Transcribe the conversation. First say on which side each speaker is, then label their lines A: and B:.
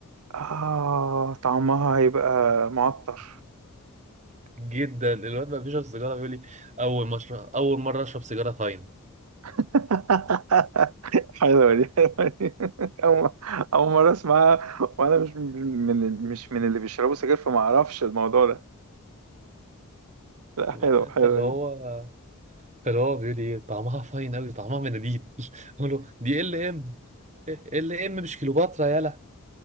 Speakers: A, on the right; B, on the right.
A: آه طعمها هيبقى معطر
B: جدا الواد ما بيشرب سيجاره بيقول لي اول ما أشرب- اول مره اشرب سيجاره فاين
A: <laughs> حلوة دي حلوة دي <laughs> أول أول مرة أسمعها وأنا مش من مش من اللي بيشربوا سجاير فما أعرفش الموضوع ده لا
B: لا
A: حلوة حلوة
B: فاللي هو
A: دي
B: فاللي هو بيقول لي ايه طعمها فاين قوي طعمها مناديل <laughs> اقول له دي ال ام ال ام مش كليوباترا يالا